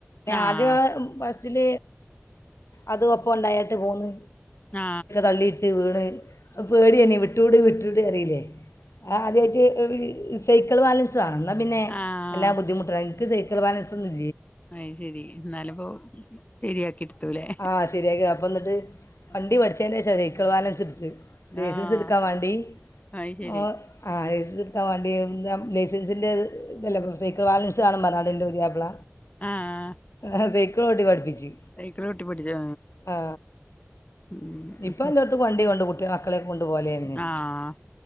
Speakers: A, on the left; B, on the left.
A: ആഹ്
B: ആദ്യംആ ഫസ്റ്റ് അതിൽ അതും ഒപ്പം ഉണ്ടായിട്ട് പോന്നു
A: ആ
B: തള്ളിയിട്ട് വീണ്കഴിഞ്ഞാൽ പേടി എന്നെ വിട്ട് വിട്ടു വിട്ട് കരയില്ലേ, ആദിയമിട്ട് സൈക്കിള് ബാലൻസ് - എന്നാ പിന്നെ
A: ആഹ്
B: എല്ലാ ബുദ്ധിമുട്ടുകളും നിനക്ക് സൈക്കിൾ ബാലൻസ് ഒന്നുല്ല?
A: അത് ശരി എന്നാലിപ്പോ ശരിയാക്കി എടുത്തൂലേ
B: ആ ശരിയാക്കി അപ്പം എന്നിട്ട് വണ്ടി പഠിച്ച ശെന്ന <inaudible> ശരി സൈക്കിൾ ബാലൻസ് എടുത്ത് ലൈസൻസ്
A: ആഹ്
B: എടുക്കാ വേണ്ടി
A: അത് ശരി
B: ഓ ആ ലൈസ് ത്ത വേണ്ടിയ എന്താ ലൈസൻസിൻ്റെ ഇത് ഇതല്ലാപ്പം സൈക്കിൾ വാലൻസ് വേണം പറഞ്ഞാണ്ട് ന്റെ പുതിയാപ്ല.
A: ആഹ്
B: ഹാ സൈക്കിളോട്ടി പഠിപ്പിച്ച്
A: സൈക്കിള് ചവിട്ടി പഠിച്ചോ
B: ആ
A: ഉം
B: ഇപ്പൊ എല്ലാടത്തു വണ്ടി കൊണ്ടു കൊടു ക്കിയാക്കളെ കൊണ്ടു പോവാലെങ്ങനെ
A: ആഹ്